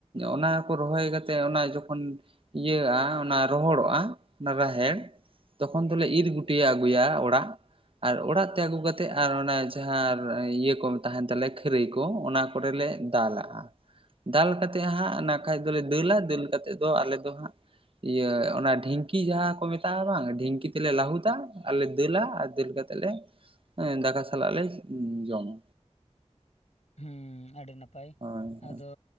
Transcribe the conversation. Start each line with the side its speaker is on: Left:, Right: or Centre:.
Right: ᱚᱱᱟ ᱠᱚ ᱨᱚᱦᱚᱭ ᱠᱟᱛᱮᱫ ᱚᱱᱟ ᱡᱚᱠᱷᱚᱱᱼᱼ ᱤᱭᱟᱹᱜᱼᱟ ᱚᱱᱟ ᱨᱚᱦᱚᱲᱚᱜᱼᱟ ᱚᱱᱟ ᱨᱟᱦᱮᱲᱼᱼ ᱛᱚᱠᱷᱚᱱ ᱫᱚᱞᱮ ᱤᱨ ᱜᱩᱴᱭᱟᱹ ᱟᱹᱜᱩᱭᱟ ᱚᱲᱟᱜ ᱟᱨ ᱚᱲᱟᱜ ᱛᱮ ᱟᱹᱜᱩ ᱠᱟᱛᱮᱫ ᱟᱨ ᱚᱱᱟ ᱡᱟᱦᱟᱸ ᱤᱭᱟᱹ ᱠᱚ ᱛᱟᱦᱮᱱ ᱛᱟᱞᱮᱭᱟ ᱠᱷᱟᱹᱨᱟᱹᱭ ᱠᱚ ᱚᱱᱟᱼᱼ ᱠᱚᱨᱮ ᱞᱮ ᱫᱟᱞᱟᱜᱼᱟ ᱫᱟᱞ ᱠᱟᱛᱮᱼᱼ ᱛᱮ ᱦᱟᱸᱜ ᱱᱟᱠᱷᱟᱡ ᱫᱚᱞᱮ ᱫᱟᱹᱞᱟ ᱫᱟᱹᱞ ᱠᱟᱛᱮᱫ ᱫᱚ ᱟᱞᱮ ᱫᱚ ᱦᱟᱸᱜᱼᱼ ᱤᱭᱟᱹ ᱚᱱᱟ ᱰᱷᱤᱝᱠᱤ ᱡᱟᱦᱟᱸ ᱠᱚ ᱢᱮᱛᱟᱜᱼᱟ ᱵᱟᱝ ᱰᱷᱤᱝᱠᱤ ᱛᱮᱞᱮ ᱞᱟᱹᱟᱦᱩᱫᱟ ᱟᱨ ᱞᱮ ᱫᱟᱹᱞᱟ ᱟᱨ ᱫᱟᱹᱞ ᱠᱟᱼᱼ ᱛᱮᱫ ᱞᱮ ᱫᱟᱠᱟ ᱥᱟᱞᱟᱜ ᱞᱮ ᱡᱚᱢᱟ
Left: ᱦᱩᱸ ᱟᱹᱰᱤ ᱱᱟᱯᱟᱭ
Right: ᱦᱳᱭ ᱦᱳᱭ
Left: ᱟᱫᱚᱼᱼ